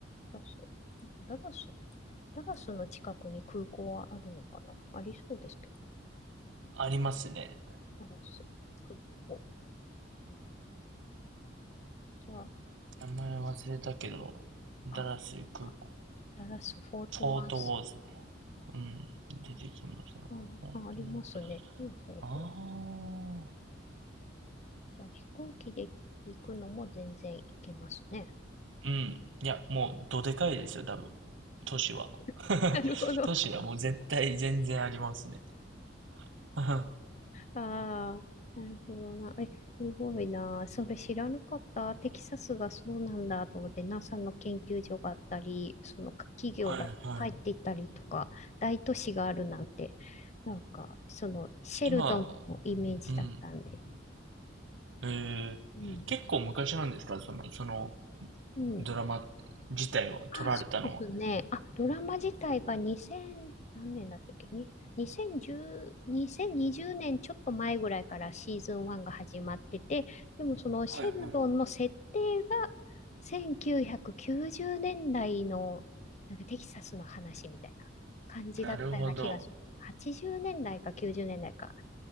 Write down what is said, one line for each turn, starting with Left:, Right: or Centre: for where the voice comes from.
Left: ダラス。なんかダラス、ダラスの近くに空港はあるのかなありそうですけ
Right: ありますね。
Left: ど。ダラス、空港。じゃあ、
Right: 名前忘れたけど、ダラス空港、
Left: あ、なんか、ダラス、フォートワンス。
Right: フォートウォーズ。うん。出てきましたね。ここうん、
Left: あ、あありますね。ほうほうほう。
Right: ああ。
Left: じゃあ、飛行機で行くのも全然行けますね。
Right: うん。いや、もう、どでかいですよ、多分。都市は。<laughs>
Left: <laughs> なるほど。
Right: 都市はもう絶対全然ありますね。<laughs> は
Left: ああ、なるほどな。え、すごいな。それ知らなかった。テキサスがそうなんだと思って、NASA の研究所があったり、その企業が入っていたりとか、
Right: いはい。
Left: 大都市があるなんて、なんか、そのシェルドンのイメージだったんで。
Right: 今、うん。えー結構昔なんですかその、
Left: うん。
Right: その
Left: うん。
Right: ドラマ自体は、
Left: あ、
Right: 撮られたのは。
Left: そうですね。あ、ドラマ自体が2000、何年だったっけに、2010、2020年ちょっと前ぐらいからシーズン1が始まってて、でもそのシェルドンの設定が
Right: はいは
Left: 1990年代のなんかテキサスの話みたいな感じだったような気がする。
Right: い。なるほど。
Left: 80年代か90年代か。